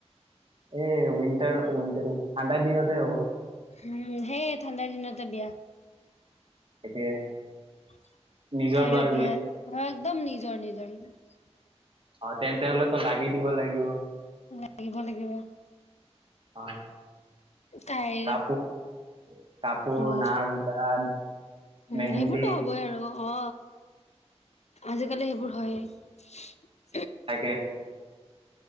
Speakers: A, on the right (about 50°); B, on the left (about 75°).
A: এই উইনটাৰ উটাৰ ঠাণ্ডাৰ দিনতহে হ'ব।
B: উম সেইয়ে ঠাণ্ডাৰ দিনতে বিয়া।
A: তাকে।
B: তাইৰো
A: নিজৰ বাৰ
B: বিয়া, অ একদম নিজৰ, নিজৰ, নিজৰ।
A: অ তেন্তে হলেতো লাগি দিব লাগিব।
B: লাগিব লাগিব
A: অ।
B: তাইৰ
A: কাপোৰ কাপোৰ,
B: অ',
A: নাচ গান।
B: উম
A: মেহেন্দি
B: সেইবোৰতো হবই আৰু। অ আজিকালি সেইবোৰ হয়।
A: তাকাকে